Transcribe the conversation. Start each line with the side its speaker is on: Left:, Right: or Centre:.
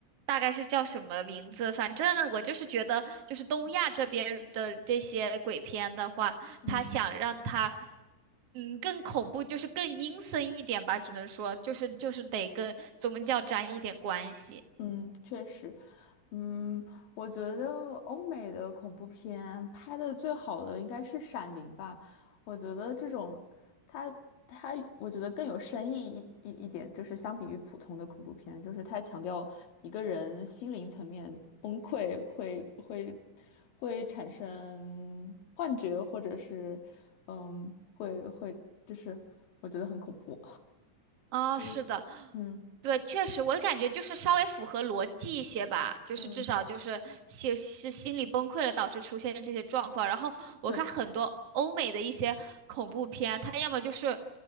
Right: 大概是叫什么名字。反正我就是觉得，就是东亚这边的这些鬼片的话，
Left: 嗯。
Right: 他想让它嗯更恐怖，就是更阴森一点吧，只能说就是就是得跟宗教沾一点关系。
Left: 嗯，确实，嗯，我觉得欧美的恐怖片拍的最好的应该是《闪灵》吧。我觉得这种，它它，我觉得更有深意一一一点，就是相比于普通的恐怖片，就是它强调一个人心灵层面崩溃会会会产生幻觉，或者是嗯，会会就是我觉得很恐怖。
Right: 啊，
Left: 因为
Right: 是的，
Left: 嗯
Right: 对，确实，我感觉就是稍微符合逻辑一些吧，就是至少就是心是心理崩溃了导致出现这些状况。
Left: 嗯，
Right: 然后我看很多欧美的一些恐怖片，
Left: 对
Right: 它要么就是